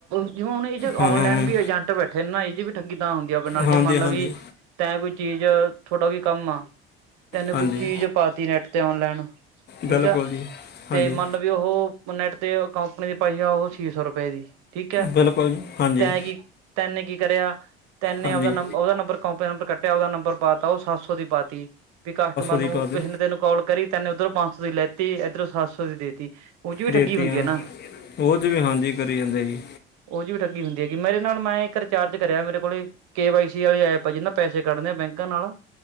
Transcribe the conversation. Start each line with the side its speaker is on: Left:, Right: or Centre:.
Right: ਜੀਉ ਇਹ ਹੁਣ
Left: ਹਾਂ
Right: ਆਨਲਾਈਨ ਵੀ ਹੋ ਬੈਠੇ ਨਾ ਇਹ ਜੀ ਵੀ ਠੱਗੀ ਤਾਂ ਹੁੰਦੀ ਆ ਆਪ ਨਾਲ
Left: ਹਾਂਜੀ
Right: ਜੇ ਮੰਨ ਲ
Left: ਹਾਂਜੀ
Right: ਵੀ ਤੋਂਕੋਈ ਚੀਜ਼ ਥੋਡਾ ਕੋਈ ਕੰਮ ਆ। ਤੈਨੂੰ
Left: ਹਾਂਜੀ
Right: ਕੋਈ ਚੀਜ਼ ਪਾ ਤੀ ਨੈੱਟ ਤੇ ਆਨਲਾਈਨ। ਠੀਕ
Left: ਬਿਲਕੁਲ
Right: ਆ।
Left: ਜੀ ਹਾਂਜੀ
Right: ਤੇ ਮੰਨ ਵੀ ਉਹ ਨੈਟ ਤੇ ਕੰਪਨੀ ਦੀ ਪਾਈ ਆ ਉਹ ਛੇ ਸੌ ਰੁਪਏ ਦੀ। ਠੀਕ ਹੈ
Left: ਬਿਲਕੁਲ ਜੀ ਹਾਂਜੀ
Right: ਤੇ ਕਿ? ਤੈਨੇ ਕੀ ਕਰਿਆ? ਤੈਨੇ
Left: ਹਾਂਜੀ
Right: ਉਹਦਾ ਨੰਬਰ, ਕਪ ਨੰਬਰ ਕੱਟਿਆ। ਉਹਦਾ ਨੰਬਰ ਪਾਦ ਤਾਂ ਉਹ, ਸੱਤ ਸੌ ਦੀ ਪਾਤੀ, ਵੀ ਕਸਟਮਰ
Left: ਦੀ
Right: ਨੂੰ,
Left: ਪਾ ਦੇ
Right: ਪਿੱਛਲੇ ਦਿਨ ਕਾਲ ਕਰੀ। ਤੈਨੇ ਉੱਧਰੋਂ, ਪੰਜ ਸੌ ਦੀ ਲੈਤੀ, ਇੱਧਰੋਂ, ਸੱਤ ਸੌ ਦੀ ਦੇਤੀ। ਉਹ 'ਚ ਵੀ ਠੱਗੀ
Left: ਦੇਤੀਆਂ।
Right: ਹੁੰਦੀ ਹੈ ਨਾ
Left: ਉਹ ਚ ਵੀ, ਹਾਂਜੀ ਕਰੀ ਜਾਂਦੇ ਸੀ।
Right: ਉਹ ਜਹੀ ਵੀ ਠੱਗੀ ਹੁੰਦੀ ਹੈਗੀ। ਮੇਰੇ ਨਾਲ ਮੈਂ ਇੱਕ ਰਿਚਾਰਜ ਕਰਿਆ ਮੇਰੇ ਕੋਲੇ। ਕੇ ਵਾਈ ਸੀ ਵਾਲੀ ਐਪ ਜੀ ਨਾ, ਪੈਸੇ ਕੱਢਣੇ ਆ ਬੈਂਕਾਂ ਨਾਲ।